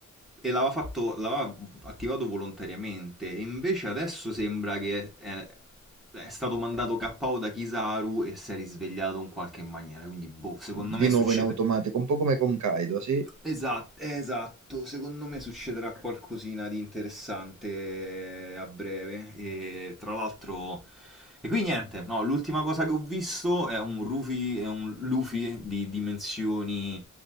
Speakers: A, in the centre; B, on the right.
A: E l'aveva fatto, l'aveva attivato volontariamente. E invece adesso sembra che è, è stato mandato KO da Kizaru e si è risvegliato in qualche maniera. Quindi, boh, secondo
B: Di
A: me
B: nuovo
A: succede.
B: in automatico, un po' come con Kaido, sì.
A: Esatto, esatto, secondo me succederà qualcosina di interessante a breve e tra l'altro... E qui niente, no, l'ultima cosa che ho visto è un Rufy, è un Luffy di dimensioni